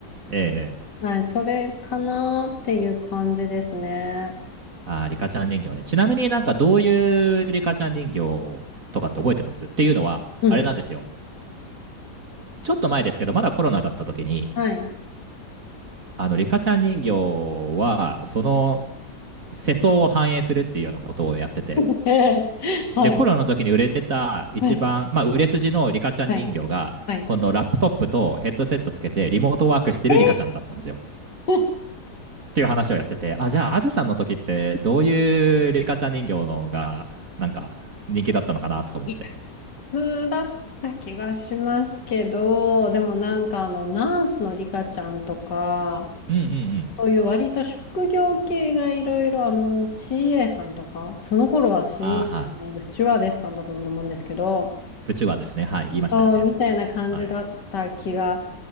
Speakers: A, on the right; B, on the left.
A: ええええ
B: はい、それかなっていう感じですね。
A: あ、リカちゃん人形ね。ちなみになんかどういうリカちゃん人形とかって覚えてますっていうのは、
B: うん。
A: あれなんですよ。ちょっと前ですけど、まだコロナだった時に、
B: はい。
A: あの、リカちゃん人形は、その世相を反映するっていうようなことをやってて、
B: <laughs> ええはい。
A: で、コロナの時に売れてた一番、
B: はい。
A: まあ、売れ筋のリカちゃん人形が、
B: はい。はい。
A: そのラップトップとヘッドセットつけてリモートワークしてるリカちゃんだったんですよ。
B: え
A: っ
B: ー
A: ていう話をやってて、あ、じゃあ、あずさんの時ってどういうリカちゃん人形のが、なんか人気だったのかなと思って。
B: <laughs> いや普通だった気がしますけど、でもなんかあの、ナースのリカちゃんとか、
A: うんうんうん。
B: そういう割と職業系がいろいろ、あの、CA さんとか、その頃は CA
A: あーはい。
B: さんじゃなく、スチュワーデスさんだったと思うんですけど、
A: 不中はですね。はい。言いましたよね。
B: そう、みたいな感じだった気が
A: はい。